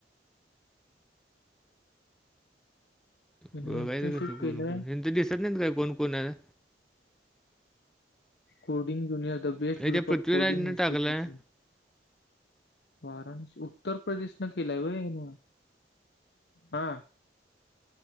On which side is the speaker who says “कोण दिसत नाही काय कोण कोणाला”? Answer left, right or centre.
Centre